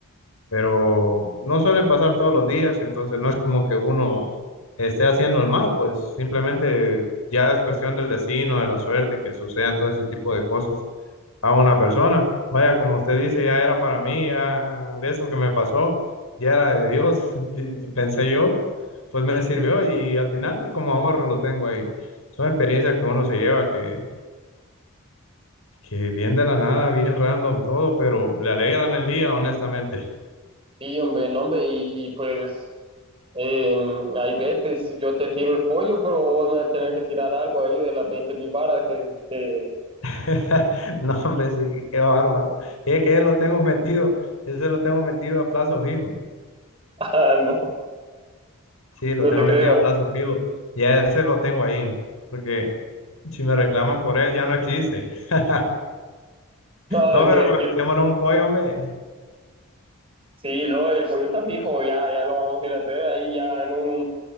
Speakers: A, on the left; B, on the right.
A: pero no suelen pasar todos los días, entonces no es como que uno esté haciendo el mal, pues simplemente ya es cuestión del destino, de la suerte, que sucedan todo ese tipo de cosas a una persona. Vaya, como usted dice, ya era para mí, ya eso que me pasó, ya era de Dios, <laughs> di- di- pensé yo, pues me sirvió y al final como ahorro lo tengo ahí. Son experiencias que uno se lleva que que bien de la nada, bien random todo, pero le alegran el día, honestamente.
B: Sí, hombre, no, hombre, y, y, pues eh, ahí vete, si yo te tiro el pollo, pero vos me tenés que tirar algo ahí de las veinte mil varas que, que-
A: <laughs> No, hombre, sí, qué bárbaro. Y es que lo tengo metido, ese lo tengo metido a plazo fijo.
B: <laughs> Ah, no,
A: Sí, lo
B: no
A: tengo
B: te creo.
A: metido a plazo fijo. Ya ese lo tengo ahí, porque si me reclaman por él, ya no existe. <laughs>
B: No,
A: No,
B: de que
A: pero echémonos un pollo, hombre.
B: sí, no, el pollo está fijo, ya, ya lo vamos a ir a traer ahí ya en un,